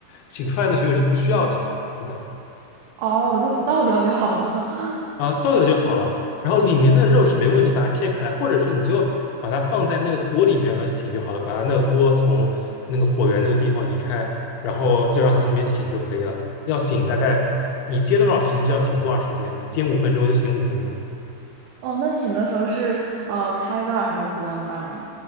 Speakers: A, on the left; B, on the right.
A: 醒出来的血水是不需要的，是的。
B: 哦，就倒掉就好了吗？<laughs>
A: 啊，倒掉就好了。然后里面的肉是没问题，把它切开来，或者是你就把它放在那个锅里面让它醒就好了，把它那个锅从那个火源那个地方移开，然后就让它那边醒就可以了。要醒大概你煎多少时间就要醒多少时间，你煎五分钟就醒五分钟，
B: 哦，那醒的时候是呃开盖儿还是关盖儿呢？